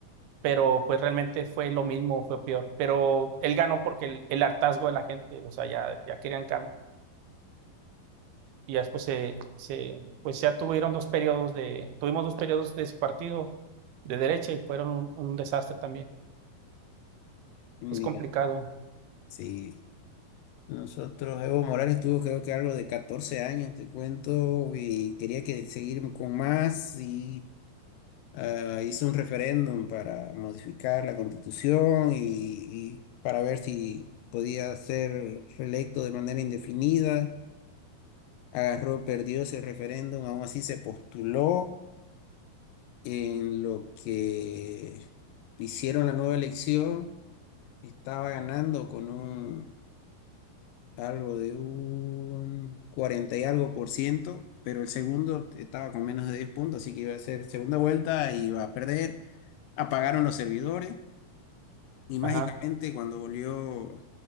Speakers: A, on the right (about 85°); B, on the left (about 80°).
A: Pero pues realmente fue lo mismo, fue peor. Pero él ganó porque el, el hartazgo de la gente, o sea, ya, ya querían cambio. Y ya después se, se, pues ya tuvieron dos periodos de, tuvimos dos periodos de ese partido de derecha y fueron un, un desastre también.
B: Mira,
A: Es complicado.
B: sí. Nosotros, Evo Morales tuvo creo que algo de 14 años, te cuento, y quería que seguir con más y ah, hizo un referéndum para modificar la constitución y, y para ver si podía ser reelecto de manera indefinida. Agarró, perdió ese referéndum, aún así se postuló en lo que hicieron la nueva elección. Estaba ganando con un algo de un 40 y algo por ciento, pero el segundo estaba con menos de 10 puntos, así que iba a ser segunda vuelta y iba a perder. Apagaron los servidores Y mágicamente
A: Ajá.
B: cuando volvió,